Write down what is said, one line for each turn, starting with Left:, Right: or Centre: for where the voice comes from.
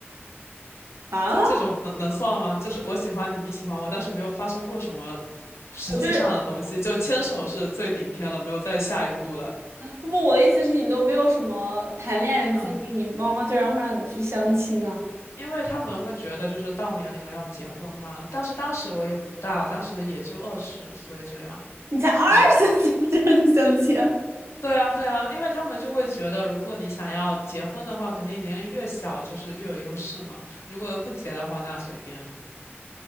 Right: 啊，
Left: 这这种能能算吗？就是我喜欢你，你喜欢我，但是没有发生过什么实际上的东西，
Right: 我就是
Left: 就牵手是最顶天了，没有再下一步了。
Right: 不不，我的意思是你都没有什么谈恋爱的经历，
Left: 嗯。
Right: 你妈妈居然会让你去相亲啊？
Left: 因为他们会觉得就是到年龄了要结婚嘛，但是当时我也不大，当时也就二十岁这样。
Right: 你才二十，
Left: 嗯，
Right: 你不就让你相亲？哎，
Left: 对啊，对啊，因为他们就会觉得，如果你想要结婚的话，肯定年龄越小就是越有优势嘛。如果不结的话，那随便。